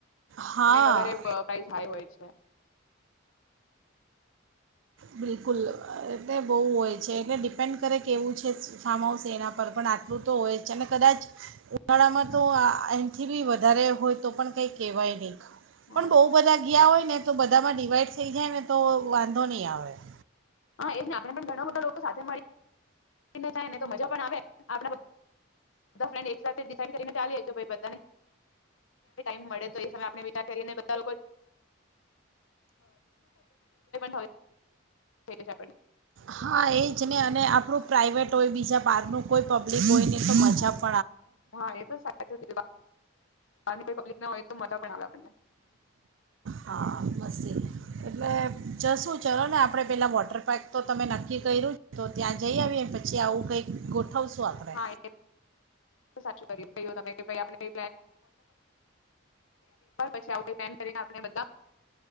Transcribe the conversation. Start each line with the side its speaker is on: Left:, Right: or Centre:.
Right: હા
Left: તમે વધારે પ્રઇસ હાઈ હોય છે. હા
Right: બિલકુલ એટલે બહુ હોય છે એટલે ડિપેન્ડ કરે કે એવું છે ફાર્મ હાઉસ એના પર પણ આટલું તો હોય છે અને કદાચ ઉનાળામાં તો એન્થી વધારે હોય તો પણ કંઈ કહેવાય નહીં.
Left: હા
Right: પણ બઉુ બધા ગયા હોય. ને તો બધામાં ડિવાઈડ થઈ જાય ને તો વાંધો નહીિ આવે. <inaudible>
Left: હા, એજને આપને પણ ઘણા બધા લોકો સાથે મળી. જાય, ને તો મજા પણ આવે આપ ફન્, એક સાથે કરીને ચાલી બા ટ મળે વિચાર કરીા તો થ જ.
Right: હા, એજ ને અને આપણું પ્રાઇવેટ હોય, બીજા બહાર નું કોઈ પબ્લિક હોય ને તો મજા પ.
Left: હા, એ તો સાચું ર વાત. પાની પબ્લિક ના હોય, તો મજા પણ આવે આપણને.
Right: હા, મસ્ એટલે જ શું ચલો ને આપણે પેલા વોટર પાર્ક તો તમે નક્કી કર્યું, તો ત્યાં જઈ, આવીએ પછી આવું કંઈક. ગોઠવશું આપણે
Left: હા, એ સાચું કરી ક, તમે કે ભ આપણે. વટ પછી, આવ કોઈ, પ્લાન કરીને આપને બધા.